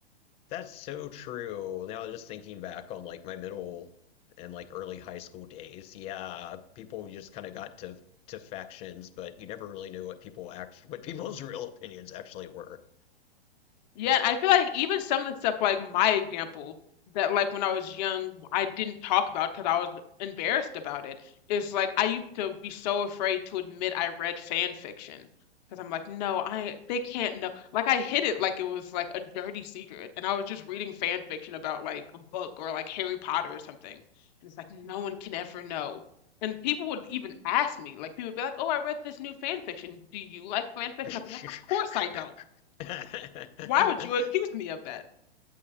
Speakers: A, on the left (about 20°); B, on the left (about 45°).
A: That's so true. Now just thinking back on like my middle and like early high school days, yeah, people just kind of got into to factions, but you never really knew what people act what people's <laughs> real opinions actually were.
B: Yeah, I feel like even some of the stuff like my example that like when I was young I didn't talk about because I was embarrassed about it is like I used to be so afraid to admit I read fan fiction because I'm like no I they can't know like I hid it like it was like a dirty secret and I was just reading fan fiction about like a book or like Harry Potter or something and it's like no one can ever know and people would even ask me like people would be like oh I read this new fan fiction do you like fan fiction
A: <laughs>
B: I'd be like of course I don't
A: <laughs> That's
B: why would you accuse me of that?